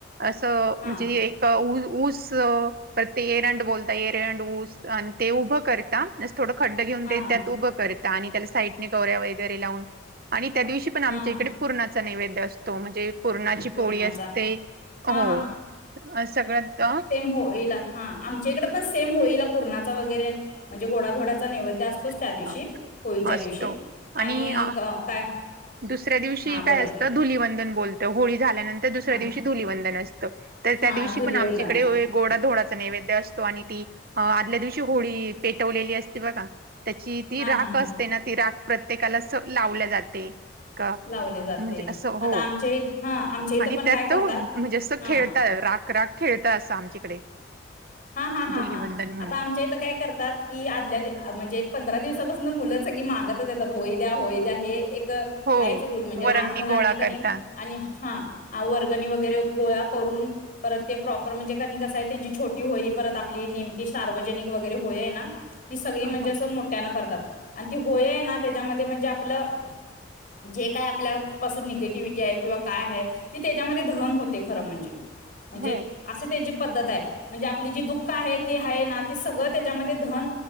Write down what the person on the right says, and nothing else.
असं
म्हणजे ऊ ऊस अ ते एरंड बोलता एरंड ऊस आणि ते उभं करता थोडं खड्ड
त्यात
उभं करत आणि त्याला साईडने गवऱ्या वगैरे लावून आणि त्या दिवशी पण आमच्या
इकडे पूर्णाचा नैवेद्य असतो म्हणजे पुूरणाची
पोळी असते
हो सगळंत
अ,
असतो
अ
दुसऱ्या दिवशी
काय
असतं
धुलवंदन बोलत तर होळी झाल्यानंतर दुसऱ्या
दिवशी धुलवंदन असतं तर
त्या दिवशी
पण आमच्याकडे
गोडा धोडाचा नैवेद्य असतो आणि ती आदल्या दिवशी होळी पेटवलेली असती बघा त्याची ती
राख
असते ना ती राख प्रत्येकाला लावली जाते का
म्हणजे असं
हो
आणि
त्यात
त म्हणजे अस
खेळतात राकराक खेळता असता आमच्याकडे
धुलिवंदन
म्हणून
हो
वरंगणी
गोळा
करता
हो
हो